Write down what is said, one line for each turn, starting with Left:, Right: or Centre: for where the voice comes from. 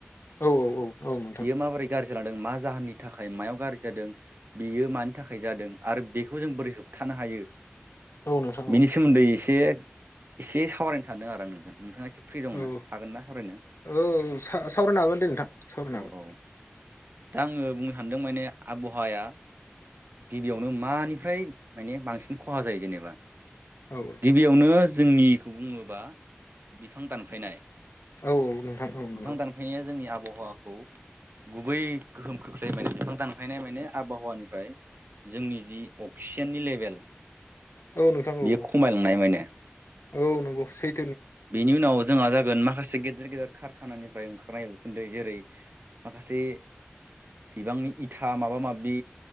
Left: औ औ औ नोंथां
Right: बियो माबोरै गारजि जालांदों मा जाहोननि थाखाय मायाव गारजि जादों बियो मानि थाखाय जादों आरो बेखौ जों बोरै होबथानो हायो।
Left: औ नोंथां
Right: बिनि
Left: औ
Right: सोमोनदै एसे <unintelligible> एसे सावरायनो सानदों आरो नोंजों नोंथाङा एसे फ्रि दङ
Left: औ
Right: ना हागोन ना सावरायनो
Left: औ साव-सावरायनो हागोन दे नोंथां सावरायनो
Right: औ
Left: हागोन।
Right: औ दा आङो बुंनो सानदों माने आबहावाया गिबियावनो मानिफ्राय माने बांसिन खहा जायो जेनेबा
Left: हागोन
Right: गिबियावनो जोंनिखौ बुंङोबा बिफां दानफायनाय।
Left: औ नोंथां औ नंगौ।
Right: बिफां दानफायनाया जोंनि आबहावाखौ गुबौ गोहोम खोख्लै माने बिफां दानफायनाय माने आबहावानिफ्राय जोंनि जि अकसिजेननि लेबेल
Left: औ नोंथां औ
Right: बियो खमायलांनाय माने
Left: औ नंगौ सै
Right: बिनि उनाव जोंहा जा होगोन माखासे गेदेर गेदेर खारखानानिफ्राय ओंखारनाय उखुनदै जेरै माखासे बिबांनि इथा माबा माबि